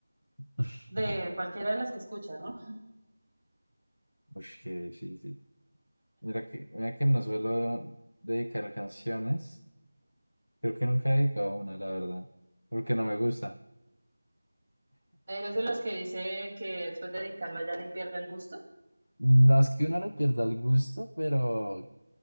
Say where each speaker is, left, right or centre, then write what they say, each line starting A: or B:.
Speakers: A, on the left; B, on the right.
A: <laughs>
B: De cualquiera de las que escuchas, ¿no?
A: Uy, que sí, sí. Mira que, mira que no suelo dedicar canciones. Creo que nunca he dedicado una, la verdad. Porque no me gusta.
B: ¿Eres de los que dice que después de dedicarla ya le pierde el gusto?
A: No es que uno le pierda el gusto, pero